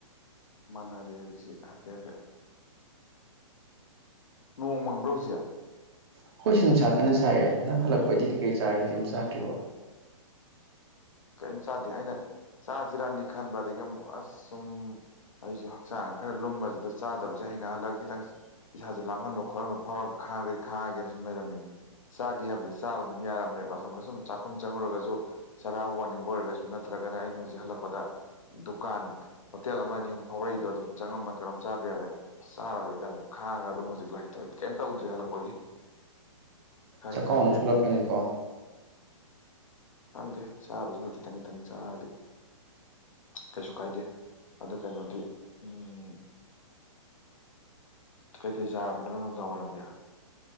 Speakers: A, on the left; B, on the right.
A: ꯃꯅꯔꯦ ꯑꯗꯨꯗꯤ ꯍꯥꯏꯐꯦꯠ ꯍꯥꯏꯐꯦꯠ ꯅꯣꯡ ꯃꯪꯕ꯭ꯔꯣ ꯍꯧꯖꯤꯛ
B: ꯑꯩꯈꯣꯏ ꯁꯤ ꯅꯨꯡꯁꯥ ꯀꯟꯅ ꯁꯥꯏꯑꯦ ꯅꯪ ꯍꯜꯂꯛꯄꯩꯗꯤ ꯀꯩꯀꯩ ꯆꯥꯔꯒꯦ ꯀꯩꯝ ꯆꯥꯗ꯭ꯔꯤꯕꯣ
A: ꯀꯦꯝ ꯆꯥꯗꯦ ꯑꯩꯅ ꯆꯥꯖꯤꯔꯅꯗꯤ ꯈꯟꯕ ꯑꯗꯒꯤ ꯑꯃꯨꯛ ꯑꯁ ꯁꯨꯝ ꯑꯩꯁꯨ ꯍꯛꯆꯥꯡ ꯈꯔ ꯂꯨꯝꯕꯁꯤꯗ ꯆꯥꯗꯕꯁꯦ ꯍꯩꯅꯍꯜꯂꯒꯦ ꯈꯤꯇꯪ ꯏꯁꯥꯁꯦ ꯂꯥꯝꯍꯟꯕ ꯈꯣꯠꯍꯟꯕ ꯐꯥꯎꯔꯒ ꯈꯥꯡꯗꯗꯤ ꯈꯥꯡꯒꯦꯅ ꯁꯨꯝ ꯂꯩꯔꯝꯃꯤꯅꯤ ꯆꯥꯒꯦ ꯍꯥꯏꯕꯗꯤ ꯆꯥꯕ ꯑꯗꯨꯝ ꯌꯥꯔꯃꯦꯕ ꯑꯁꯣꯝꯗ ꯁꯨꯝ ꯆꯥꯛꯈꯨꯝ ꯆꯪꯉꯨꯔꯒꯁꯨ ꯆꯔꯥ ꯋꯥꯟ ꯅꯤꯡꯕ ꯑꯣꯢꯔꯒꯁꯨ ꯅꯠꯇ꯭ꯔꯒꯅ ꯑꯩꯅ ꯍꯧꯖꯤꯛ ꯍꯜꯂꯛꯄꯗ ꯗꯨꯀꯥꯟ ꯍꯣꯇꯦꯜ ꯑꯃ ꯑꯅꯤ ꯑꯍꯨꯝ ꯐꯥꯎꯔꯛꯏꯗꯣ ꯑꯗꯨꯝ ꯆꯪ ꯉꯝꯃꯒ ꯀꯩꯅꯣꯝ ꯆꯥꯕ ꯌꯥꯕ ꯑꯁ ꯆꯥꯔꯔꯣꯏꯗꯅ ꯈꯥꯡꯉꯒ ꯑꯗꯨꯝ ꯍꯧꯖꯤꯛ ꯂꯥꯛꯏꯗꯣ ꯀꯩꯝ ꯇꯧꯗ꯭ꯔꯤ ꯍꯜꯂꯛꯄꯒꯤ <inaudible>
B: ꯆꯈꯥꯎ
A: ꯍꯩꯅꯍꯟꯒꯦꯅ
B: ꯑꯃꯨꯛ ꯁꯣꯛꯂꯛꯀꯅꯤꯀꯣ
A: ꯈꯪꯗꯦ ꯆꯥꯕꯁꯨ ꯍꯣꯏ ꯈꯤꯇꯪ ꯈꯤꯇꯪ ꯆꯥꯔꯗꯤ ꯀꯩꯁꯨ ꯀꯥꯏꯗꯦ ꯑꯗꯣ ꯀꯩꯅꯣꯗꯤ ꯎꯝ ꯀꯩꯀꯩ ꯆꯥꯔꯕ ꯅꯪꯅ ꯅꯨꯡꯗꯥꯡ ꯋꯥꯏꯔꯝꯒꯤ